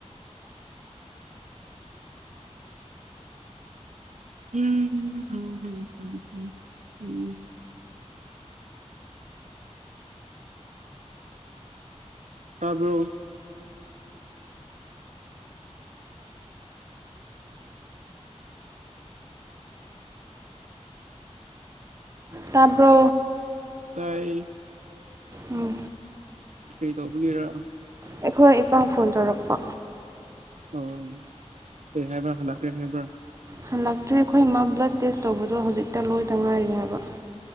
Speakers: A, on the right; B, on the right.
A: <unintelligible> ꯎꯝ ꯎꯝꯝꯝ ꯎꯝ ꯇꯥꯕꯔꯣ
B: ꯇꯥꯕ꯭ꯔꯣ
A: ꯇꯥꯌꯦ
B: ꯑꯥꯎ
A: ꯀꯥꯔꯤ ꯇꯧꯕꯒꯤꯔꯥ
B: ꯑꯩꯈꯣꯏ ꯏꯄꯥ ꯐꯣꯟ ꯇꯧꯔꯛꯄ
A: ꯑꯣ ꯀꯔꯤꯍꯥꯏꯕ ꯍꯜꯂꯛꯑꯦ ꯍꯥꯏꯕꯔ
B: ꯍꯜꯂꯛꯇ꯭ꯔꯦ ꯑꯩꯈꯣꯏ ꯏꯃꯥ ꯕ꯭ꯂꯗ ꯇꯦꯁ ꯇꯧꯕꯗꯣ ꯍꯧꯖꯤꯛꯇ ꯂꯣꯏꯇ ꯉꯥꯏꯔꯤ ꯍꯥꯏꯕ